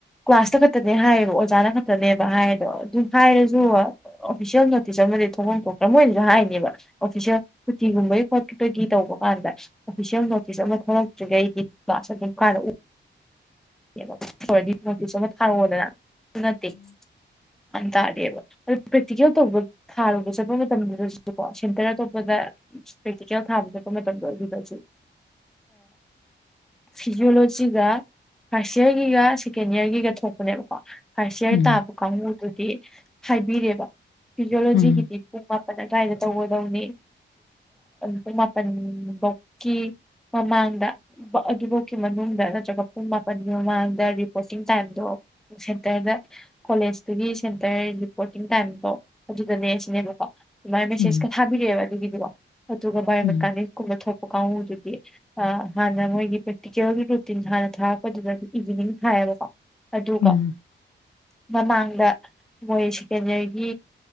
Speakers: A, in the centre; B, on the left (about 80°).
A: ꯀ꯭ꯂꯥꯁꯇ ꯈꯛꯇꯅꯦ ꯍꯥꯏꯌꯦꯕ ꯑꯣꯖꯥꯅ ꯈꯛꯇꯅꯦꯕ ꯍꯥꯏꯗꯣ ꯑꯗꯨ ꯍꯥꯏꯔꯁꯨ ꯑꯣꯐꯤꯁꯦꯜ ꯅꯣꯇꯤꯁ ꯑꯃꯗꯤ ꯊꯣꯛꯐꯝ ꯊꯣꯛꯇ꯭ꯔꯦ ꯃꯣꯏꯅꯁꯨ ꯍꯥꯏꯅꯦꯕ ꯑꯣꯐꯤꯁꯦꯜ ꯀꯨꯇꯤꯒꯨꯝꯕꯒꯤ ꯈꯣꯠꯄꯒꯤ ꯇꯧꯕ ꯀꯥꯟꯗ ꯑꯣꯐꯤꯁꯦꯜ ꯅꯣꯇꯤꯁ ꯑꯃ ꯊꯣꯛꯂꯛ <unintelligible> ꯑꯗꯨ ꯑꯣꯏꯗꯤ ꯐꯣꯟ ꯄꯨꯁꯤꯟ ꯂꯥ ꯊꯔꯛꯑꯣꯗꯅ ꯑꯗꯨ ꯅꯥꯠ ꯇꯦ꯫ ꯌꯥꯝ ꯇꯥꯔꯦꯕ ꯑꯗꯨ ꯄ꯭ꯔꯦꯛꯇꯤꯀꯦꯜ ꯇꯧꯕ ꯊꯥꯔꯨꯕ ꯆꯠꯄ ꯃꯇꯝꯗꯨꯗꯁꯨꯀꯣ ꯁꯦꯟꯇꯔ ꯑꯇꯣꯞꯄꯗ ꯄ꯭ꯔꯦꯛꯇꯤꯀꯦꯜ ꯊꯥꯕ ꯆꯠꯄ ꯃꯇꯝꯗ ꯑꯗꯨꯗꯁꯨ ꯐꯤꯖꯤꯌꯣꯂꯣꯖꯤꯒ ꯐꯥꯔꯁ ꯏꯌꯥꯔꯒꯤꯒ ꯁꯦꯀꯦꯟ ꯏꯌꯥꯔꯒꯤꯒ ꯊꯣꯛꯄꯅꯦꯕꯀꯣ ꯑꯥꯢꯁꯤꯑꯥꯢ
B: ꯎꯝ
A: ꯇꯥꯕ ꯀꯥꯡꯕꯨꯗꯨ ꯍꯥꯏꯕꯤꯔꯦꯕ ꯐꯤꯖꯣꯂꯣꯖꯤꯒꯤꯗꯤ
B: ꯎꯝ ꯎꯝ
A: ꯄꯨꯡ ꯃꯥꯄꯟ ꯑꯗ꯭ꯋꯥꯏꯗ ꯇꯧꯕ ꯂꯧꯅꯤ ꯄꯨꯡ ꯃꯥꯄꯟꯕꯧꯀꯤ ꯃꯃꯥꯡꯗ ꯑꯗꯨꯐꯥꯎꯀꯤ ꯃꯅꯨꯡꯗ ꯅꯠꯇ꯭ꯔꯒ ꯄꯨꯡ ꯃꯥꯄꯟꯒꯤ ꯃꯃꯥꯡꯗ ꯔꯤꯄꯣꯔꯇꯤꯡ ꯇꯥꯏꯝꯗꯣ ꯁꯦꯟꯇꯔꯗ ꯀꯣꯂꯦꯖꯇꯨꯒꯤ ꯁꯦꯟꯇꯔ ꯔꯤꯄꯣꯔꯇꯤꯡ ꯇꯥꯏꯝꯕꯥꯎ ꯑꯗꯨꯗꯅꯦ ꯁꯤꯅꯦꯕꯀꯣ ꯑꯗꯨꯃꯥꯏꯅ ꯃꯦꯁꯦꯁꯀ
B: ꯎꯝ
A: ꯊꯥꯕꯤꯔꯛꯑꯦꯕ ꯑꯗꯨꯒꯤꯗꯤꯀꯣ ꯑꯗꯨꯒ ꯕꯥꯏ
B: ꯎꯝ
A: ꯃꯦꯀꯥꯅꯤꯛꯀꯨꯝꯕ ꯊꯣꯛ ꯀꯥꯎꯗꯨꯗꯤ ꯑ ꯍꯥꯟꯅ ꯃꯣꯏꯒꯤ ꯄ꯭ꯔꯦꯛꯇꯤꯀꯦꯜꯒꯤ ꯔꯨꯇꯤꯟ ꯍꯥꯟꯅ ꯊꯥꯔꯛꯄꯗꯨꯗꯗꯤ ꯏꯚꯤꯅꯤꯡ ꯊꯥꯏꯑꯕꯀꯣ ꯑꯗꯨ ꯀ
B: ꯎꯝ
A: ꯃꯃꯥꯡꯗ ꯃꯣꯏ ꯁꯦꯀꯦꯟ ꯌꯥꯔꯒꯤ